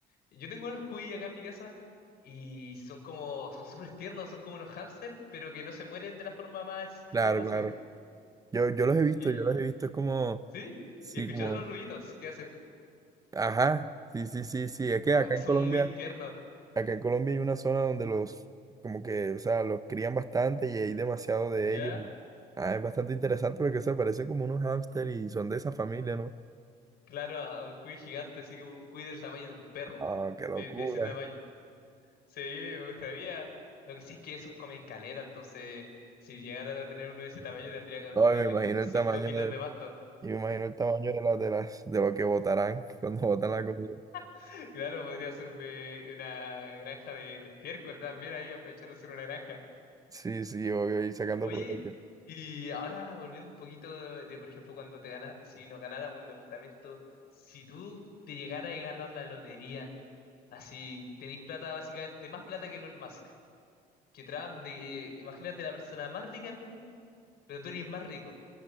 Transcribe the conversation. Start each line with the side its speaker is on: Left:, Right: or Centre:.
Left: yo tengo unos cuy acá en mi casa y son como, son súper tiernos, son como unos hámsters, pero que no se mueren de la forma más estúpida
Right: Claro,
Left: posible.
Right: claro. Yo, yo los he visto,
Left: Y,
Right: yo los he visto, es como,
Left: sí,
Right: sí,
Left: y escuchando
Right: como,
Left: los ruiditos que hacen,
Right: ajá, sí, sí, sí, sí, es que
Left: como
Right: acá
Left: que
Right: en
Left: son
Right: Colombia,
Left: muy tiernos,
Right: acá en Colombia hay una zona donde los, como que, o sea, los crían bastante y hay demasiado de
Left: ¿ya?
Right: ellos. y, Ah, es bastante interesante porque, se parecen como unos hámster y son de esa familia, ¿no?
Left: Claro, a un cuy gigante, así como un cuy del tamaño de un perro,
Right: Ah, qué locura.
Left: de, de ese tamaño. Sí, me gustaría. Lo que sí es que esos comen caleta, entonces si llegara a tener uno de ese tamaño tendría que
Right: No,
Left: tenerle
Right: y me imagino
Left: como unos
Right: el
Left: 5
Right: tamaño
Left: kilos
Right: de,
Left: de pasto.
Right: y me imagino el tamaño de las, de las, de lo que botarán <laughs> cuando botan la comida.
Left: <laughs> Claro, podría hacerme una granja de, de estiércol también ahí, aprovechar de hacer una granja.
Right: Sí, sí, obvio, y sacando
Left: Oye,
Right: provecho.
Left: y ahora volviendo un poquito de, de, por ejemplo, cuando te ganas, si nos ganáramos un departamento, si tú te llegaras a ganar la lotería, así tenéis plata básicamente, más plata que Elon Musk, que Trump, de, imagínate la persona más rica del mundo, pero tú eres más rico.